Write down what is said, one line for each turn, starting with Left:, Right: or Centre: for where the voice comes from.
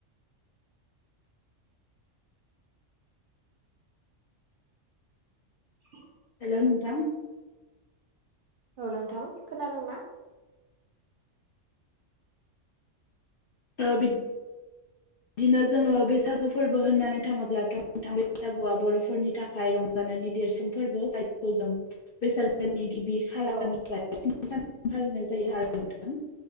Right: <inaudible>
Left: हेलौ नोंथां।
Right: औ नोंथां, खोनादोंना?
Left: ओ बिद दिनो जोङो बैसागु फोरबो होननानै थाङोब्लाथ' नोंथां बैसागुआ बर'फोरनि थाखाय रं जानायनि देरसिन फोरबो। जायखौ जों बैसाग दाननि गिबि खालारनिफ्राय
Right: औ
Left: जों फालिनाय जायो आरो नोंथां